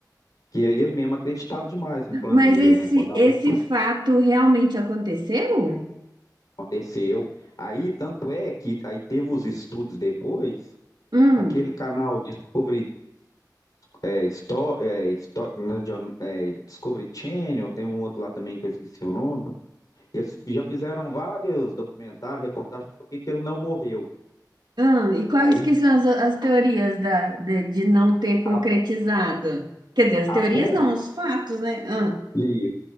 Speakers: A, on the left; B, on the right.
A: que ele mesmo acreditava demais no plano
B: Mas
A: dele,
B: esse,
A: né? Quando a
B: esse
A: bomba
B: fato realmente aconteceu?
A: aconteceu. Aí, tanto é que aí teve os estudos depois,
B: Hum.
A: aquele canal Discovery, é, Sto- é, Sto- não, é John- é, Discovery Channel, tem um outro lá também que eu esqueci o nome. Eles já fizeram vários documentários, reportagens, por que que ele não morreu.
B: Hum, e quais
A: Aí
B: que são as, as teorias da, de, de não ter concretizado?
A: A, bo-
B: Quer dizer, as
A: a
B: teorias
A: bomba,
B: não, os fatos, né? Hum,
A: e